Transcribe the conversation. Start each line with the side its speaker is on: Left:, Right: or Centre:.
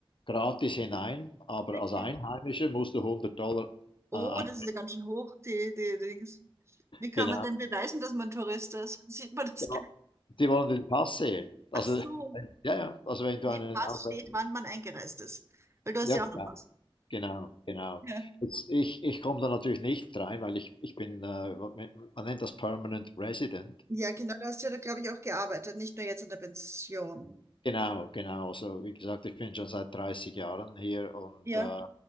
Left: gratis hinein, aber
Right: wirklich.
Left: als Einheimischer musst du 100 Dollar
Right: Oh,
Left: äh, ein-
Right: das ist ja ganz schön hoch, die, die Dings. Wie kann
Left: genau.
Right: man denn beweisen, dass man Tourist ist? <laughs> Sieht man das
Left: Ja,
Right: gleich?
Left: Die wollen den Pass sehen. Also,
Right: Ach so,
Left: ja, ja, also wenn du
Right: an
Left: einen
Right: dem Pass
Left: ausländischen,
Right: steht, wann man eingereist ist. Weil du
Left: ja,
Right: hast ja
Left: genau,
Right: auch einen Pass.
Left: genau, genau.
Right: Ja.
Left: Jetzt, ich ich komme da natürlich nicht rein, weil ich, ich bin, äh, man nennt das Permanent Resident.
Right: Ja, genau, da hast du ja, glaube ich, auch gearbeitet, nicht nur jetzt in der Pension.
Left: Genau, genau. Also wie gesagt, ich bin schon seit 30 Jahren hier und
Right: Ja.
Left: äh,